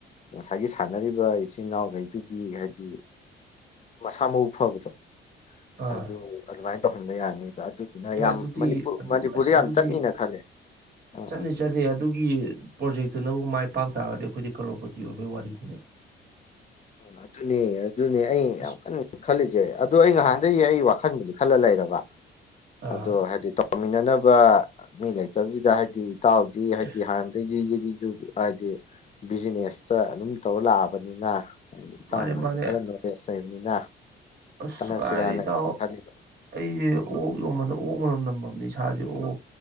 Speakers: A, on the left; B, on the right.
A: ꯉꯁꯥꯏꯒꯤ ꯁꯥꯟꯅꯔꯤꯕ ꯏꯆꯤꯟ ꯏꯅꯥꯎꯉꯩꯗꯨꯒꯤ ꯍꯥꯏꯕꯗꯤ ꯃꯁꯥ ꯃꯎ ꯐꯕꯗꯣ
B: ꯑꯥ
A: ꯑꯗꯨ ꯑꯗꯨꯃꯥꯏꯅ ꯇꯧꯍꯟꯕ ꯌꯥꯅꯤ ꯑꯗꯨꯗꯨꯅ
B: ꯑꯦ
A: ꯌꯥꯝ
B: ꯑꯗꯨꯗꯤ
A: ꯃꯅꯤꯄꯨꯔ
B: ꯑꯗꯨꯗꯤ
A: ꯃꯅꯤꯄꯨꯔꯗ
B: ꯑꯁ
A: ꯌꯥꯝ
B: ꯑꯗꯨꯗꯤ
A: ꯆꯠꯅꯤꯅ ꯈꯜꯂꯦ ꯑꯥ
B: ꯆꯠꯅꯤ
A: ꯑꯥ
B: ꯆꯠꯅꯤ ꯑꯗꯨꯒꯤ ꯄ꯭ꯔꯣꯖꯦꯛꯇꯨꯅꯕꯨ ꯃꯥꯏ ꯄꯥꯛ ꯇꯥꯔꯗꯤ ꯑꯈꯣꯏꯗꯤ ꯀꯔꯣꯄꯇꯤ ꯑꯣꯏꯕꯩ ꯋꯥꯔꯤꯅꯤꯅꯦ
A: ꯑ ꯑꯗꯨꯅꯦ ꯑꯗꯨꯅꯦ ꯑꯩ
B: ꯑꯁ
A: ꯌꯥꯝ ꯀꯟꯅ ꯈꯜꯂꯤꯁꯦ ꯑꯗꯨ ꯑꯩ ꯉꯥꯍꯥꯟ ꯗꯩ ꯑꯩ ꯋꯥꯈꯟꯕꯨ ꯕꯨꯗꯤ ꯈꯜꯂ ꯂꯩꯔꯕ
B: ꯑꯥ
A: ꯑꯗꯣ ꯍꯥꯏꯗꯤ ꯇꯧꯃꯤꯟꯅꯅ ꯕ ꯃꯤ ꯂꯩꯇꯕꯖꯤꯗ ꯍꯥꯏꯗꯤ ꯏꯇꯥꯎꯗꯤ ꯍꯥꯏꯗꯤ
B: ꯑꯦ
A: ꯍꯥꯟꯅꯗꯒꯤ ꯁꯤꯒꯤ ꯗꯨꯒꯤ ꯍꯥꯏꯗꯤ ꯕꯤꯖꯤꯅꯦꯁꯇ ꯑꯗꯨꯝ ꯇꯧꯔ ꯂꯥꯛꯑꯕꯅꯤꯅ ꯍꯥꯏꯗꯤ ꯏꯇꯥꯎꯅꯁꯨ
B: ꯃꯥꯅꯦ ꯃꯥꯅꯦ
A: ꯈꯔ ꯅꯣꯂꯦꯁ ꯂꯩꯕꯅꯤꯅ
B: ꯑꯁ
A: ꯇꯥꯟꯅꯁꯤꯔꯥꯅ
B: ꯀꯥꯏꯗꯩ ꯏꯇꯥꯎ
A: ꯀꯟꯅ ꯈꯜꯂꯤꯕ
B: ꯑꯩꯁꯦ ꯑꯣꯛ ꯌꯣꯟꯕꯗ ꯑꯣꯛ ꯃꯅꯝ ꯅꯝꯃꯝꯅꯦ ꯏꯁꯥꯁꯦ ꯑꯣꯛ